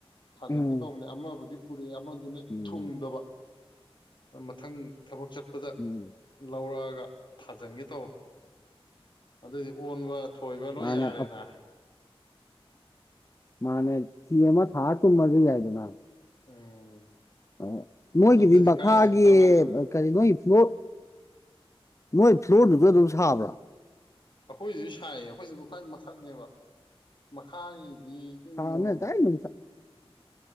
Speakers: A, on the left; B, on the left.
A: ꯊꯥꯖꯤꯟꯒꯦ
B: ꯎꯝ
A: ꯇꯧꯅꯦ ꯑꯃꯕꯨꯗꯤ ꯄꯨꯔꯦ ꯑꯃꯗꯨꯅ
B: ꯎꯝ
A: ꯊꯨꯡꯗꯕ ꯃꯊꯪ ꯊꯕꯛ ꯆꯠ ꯑꯗꯨꯗ <unintelligible>
B: ꯎꯝ
A: ꯂꯧꯔꯒ ꯊꯥꯖꯤꯟꯒꯦ ꯇꯧ ꯑꯗꯨ ꯗꯤ ꯑꯣꯟꯕ ꯊꯣꯏꯕ ꯂꯣꯏ
B: ꯃꯥꯅꯦ
A: ꯌꯥꯔꯦꯅ
B: ꯃꯅꯦ ꯁꯤꯃ ꯊꯥ ꯇꯨꯝ ꯃꯩ ꯌꯥꯏꯗꯅ
A: ꯎꯝ
B: ꯑ ꯅꯣꯏꯒꯤꯗꯤ
A: ꯅꯠꯇ꯭ꯔꯗꯤ
B: ꯃꯈꯥꯒꯤ
A: ꯀꯥꯏꯗꯩ ꯀꯪꯂꯥꯒ
B: ꯀꯔꯤ ꯅꯣꯏ ꯐ꯭ꯂꯣꯔ ꯅꯣꯏ ꯐ꯭ꯂꯣꯔꯗꯨꯁꯨ ꯑꯗꯨꯝ ꯁꯥꯕ꯭ꯔꯥ
A: ꯑꯩꯈꯣꯏꯁꯨ ꯁꯥꯏꯌꯦ ꯑꯩꯈꯣꯏꯁꯨ ꯈꯨꯋꯥꯏ ꯃꯊꯛꯅꯦꯕ ꯃꯈꯥꯒꯤ ꯗꯤ ꯏꯪꯉꯦꯕ
B: ꯁꯥꯕꯅꯤꯅ
A: ꯑꯃꯨꯛ
B: ꯗꯥꯏꯔꯦꯛ ꯅꯨꯡꯁꯥ